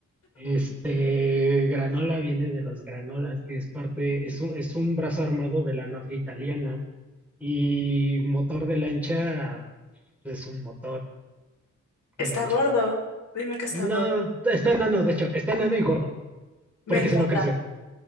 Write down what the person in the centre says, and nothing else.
Este, Granola viene de los granolas, que es parte, es un, es un brazo armado de la mafia italiana. Y motor de lancha es un motor de
lancha.
No, está enano, de hecho, está enano y gordo,
porque
se lo creció.